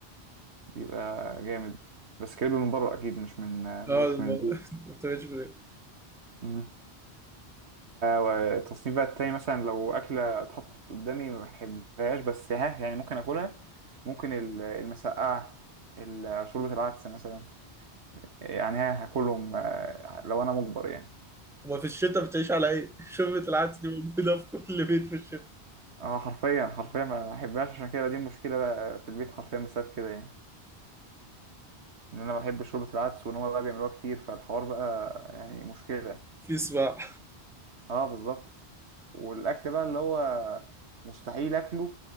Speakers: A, on the right; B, in the centre.
A: بيبقى جامد بس كريب من بره أكيد مش من آه، مش
B: اه الم...
A: من
B: <laughs> ما بتعملش في البيت.
A: البيت والتصنيف بقى التاني مثلا لو أكلة اتحطت قدامي ما بحبهاش بس ها يعني ممكن أكلها ممكن ال- المسقعة ال- شوربة العدس مثلا يعني ها هاكلهم آه، لو أنا مجبر يعني
B: <laughs> وما في الشتاء بتعيش على ايه؟ <laughs> شوربة العدس دي موجودة في كل بيت في الشتاء
A: اه حرفيا حرفيا ما بحبهاش عشان كده دي المشكلة بقى في البيت حرفيا بسبب كده يعني إن أنا بحب شوربة العدس وإن هما بقى بيعملوها كتير فالحوار بقى يعني مشكلة
B: في سباع
A: اه بالظبط والاكل بقى اللي هو مستحيل اكله